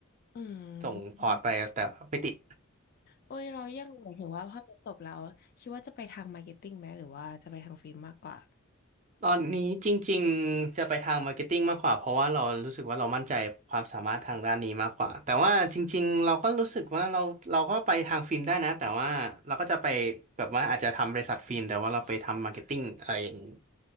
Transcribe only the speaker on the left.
อื
มโอ้ยเรายังหมายถึงว่าพอเรียนจบแล้วคิดว่าจะไปทางมาร์เก็ตติ้งไหมหรือว่าจะไปทางฟิล์มมากกว่า